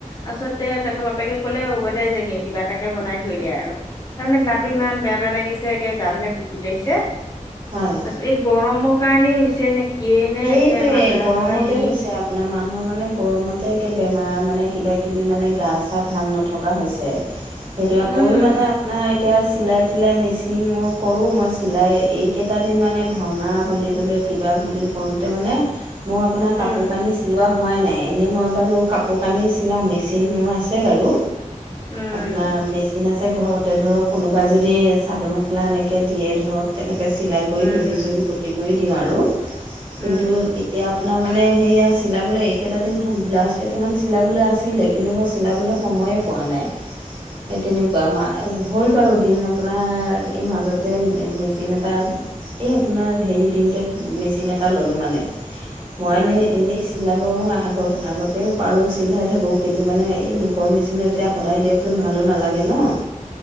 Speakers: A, on the left (about 25°); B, on the right (about 35°).
A: তাৰপিছতে তাৰ বাপেকে ক'লে হ'ব দে যাগে কিবা এটাকে বনাই থৈ দিয়া আৰু তাৰমানে গাটো ইমান বেয়া, বেয়া লাগি আছে, একে গা বিলাক কুট কুটাইছে।
B: হয়।
A: এই গৰমৰ কাৰণেই হৈছে নে, কিয়ে নে,
B: সেইটোৱে
A: একে মাথা
B: গৰমতে
A: চাথা বিষ।
B: হৈছে আপোনাৰ মানুহৰ মানে গৰমতে একে বেমাৰ মানে কিবা কিবি মানে গা চা ভাল নথকা হৈছে সেইটোৱে
A: উম
B: ময়ো মানে আপোনাৰ এতিয়া চিলাই থিলাই মেচিন মই কৰোঁ, মই চিলাই এইকেইটা দিন মানে ভাওনা বুলিবলৈ কিবা বুলি হওঁতে মানে, মোৰ আপোনাৰ
A: উম
B: কাপোৰ কানি চিলোৱা হোৱাই নাই, এনেই মই বাৰু কাপোৰ কানি চিলাওঁ, মেচিন মোৰ আছে বাৰু
A: উম
B: আপোনাৰ
A: উম
B: মেচি চিন আছে ঘৰতে, ধৰক কোনোবাই যদি চাদৰ মেখেলা এনেকৈ দিয়ে ধৰক তেনেকৈ চিলাই কৰি
A: উম
B: দহি চহি গুঠি কৰি দিওঁ আৰু, কিন্তু
A: উম
B: এতিয়া আপোনাৰ মানে সেইয়া চিলাবলৈ এইকেইটা দিন ব্লাউজ কেইটামান চিলাবলৈ আছিলে কিন্তু মই চিলাবলৈ
A: উম
B: সময়ে
A: উম উম
B: পোৱা নাই, সেই তেনেকুৱা মা এই হ'ল বাৰু দিন আপোনাৰ এই মাজতে মেচিন এটা এই আপোনাৰ হেৰি দিওঁতে মেচিন এটা ল'লোঁ মানে, মইনে
A: উম উম
B: এনেই চিলাব মই আগত আগতেও পাৰোঁ চিলাই থাকোঁ কিন্তু মানে এই লোকৰ মেচিনত যেতিয়া সদায় দিয়কচোন ভালো নালাগে ন'